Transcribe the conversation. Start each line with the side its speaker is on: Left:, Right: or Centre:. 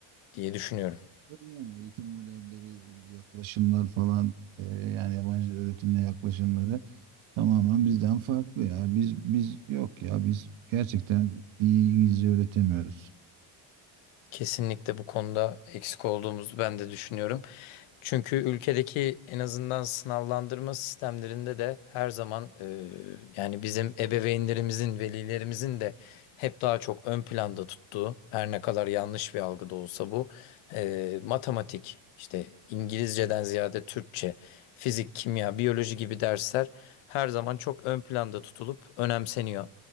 Left: diye düşünüyorum.
Right: Tabii Yani eğitim modelleri, yaklaşımlar falan e, yani yabancı öğretimle yaklaşımları tamamen bizden farklı ya. Biz biz yok ya biz gerçekten iyi İngilizce öğretemiyoruz.
Left: Kesinlikle bu konuda eksik olduğumuzu ben de düşünüyorum. Çünkü ülkedeki en azından sınavlandırma sistemlerinde de her zaman e, yani bizim ebeveynlerimizin, velilerimizin de hep daha çok ön planda tuttuğu, her ne kadar yanlış bir algı da olsa bu, e, matematik, işte İngilizceden ziyade Türkçe, fizik, kimya, biyoloji gibi dersler her zaman çok ön planda tutulup önemseniyor.